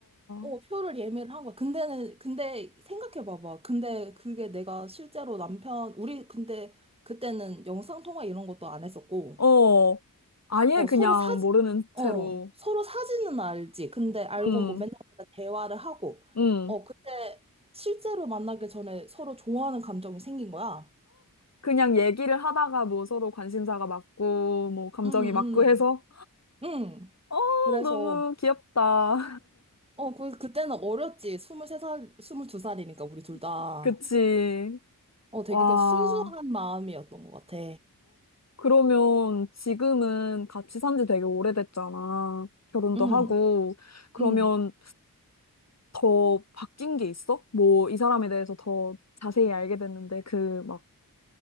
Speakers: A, on the right; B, on the left.
A: 어,
B: 어,
A: 표를 예매를 한 거야. 근데는, 근데 생각해봐봐. 근데 그게 내가 실제로 남편, 우리 근데 그때는 영상통화 이런 것도 안 했었고.
B: 어, 아예
A: 어,
B: 그냥
A: 서로 사진,
B: 모르는 채로,
A: 어, 서로 사진은 알지. 근데 알고
B: 음,
A: 뭐 맨날 맨날 대화를 하고,
B: 음,
A: 어, 그때 실제로 만나기 전에 서로 좋아하는 감정이 생긴 거야.
B: 그냥 얘기를 하다가 뭐 서로 관심사가 맞고, 뭐 감정이
A: 응,
B: 맞고 해서,
A: 응, 응.
B: 어,
A: 그래서,
B: 너무 귀엽다.
A: 어, 그, 그때는 어렸지. 스물세 살 스물 두 살이니까 우리 둘 다.
B: <laughs> 그치.
A: 어, 되게
B: 와,
A: 그 순수한 마음이었던 것 같아.
B: 그러면 지금은 같이 산지 되게 오래됐잖아. 결혼도
A: 응,
B: 하고. 그러면
A: 응.
B: 더 바뀐 게 있어? 뭐, 이 사람에 대해서 더 자세히 알게 됐는데, 그, 막,